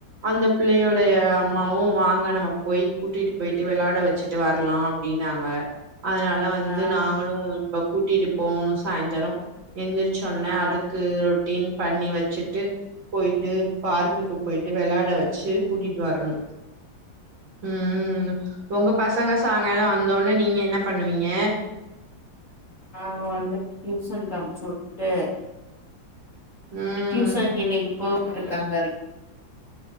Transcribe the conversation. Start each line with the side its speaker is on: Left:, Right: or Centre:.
Right: அந்த பிள்ளையோட அம்மாவு வாங்க நம்ம போய் கூட்டிட்டு போயிட்டு விளையாட வ ச்சுட்டு வர்லா அப்டினாங்க அதனால வந்து
Left: ஆ
Right: நாங்களு இப்பக் கூட்டிட்டு போணு சாய்ந்தரு எந்திர்ச் சொன்னே
Left: ஆ
Right: அதுக்கு ரொட்டீன் பண்ணி வச்சுட் ட்டு போய்ட்டு பார்க்குக்கு போய்ட்டு வெளாட வச்சு கூட்டிட் வரணு ம் உங்க பசங்க சாங்காலோ வந்தோனே நீங்க என்ன பண்ணுவீங்க
Left: நாங்க வந்து ட்யூசன்க்கு அம்ச்சுட்டு
Right: ம்
Left: டியூசன்க்கு இன்னிக்கு போகயிருக்காங்கர்